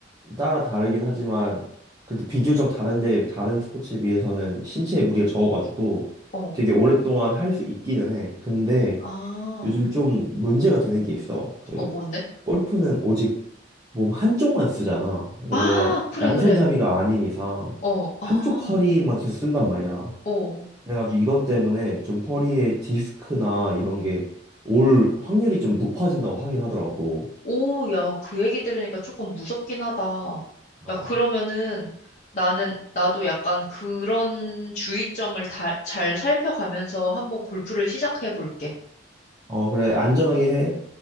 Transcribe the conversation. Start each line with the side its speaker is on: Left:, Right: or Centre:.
Right: 따라 다르긴 하지만 그래도 비교적 다른데 다른 스포츠에 비해서는 신체에 무리가 적어가지고
Left: 어,
Right: 되게 오랫동안 할 수 있기는 해. 근데
Left: 아,
Right: 요즘 좀 문제가 되는 게 있어. 그
Left: 어, 뭔데?
Right: 골프는 오직 몸 한쪽만 쓰잖아. 그러니까
Left: 아,
Right: 너가
Left: 그래,
Right: 양손잡이가
Left: 그래.
Right: 아닌 이상
Left: 어, 아,
Right: 한쪽 허리만 계속 쓴단 말이야.
Left: 어.
Right: 그래가지고 이것 때문에 좀 허리에 디스크나 이런 게 올 확률이 좀 높아진다고 하긴 하더라고.
Left: 오, 야, 그 얘기 들으니까 조금 무섭긴 하다.
Right: 어,
Left: 야, 그러면은 나는, 나도 약간 그런 주의점을 다, 잘 살펴가면서 한번 골프를 시작해 볼게.
Right: 어, 그래. 안전하게 해.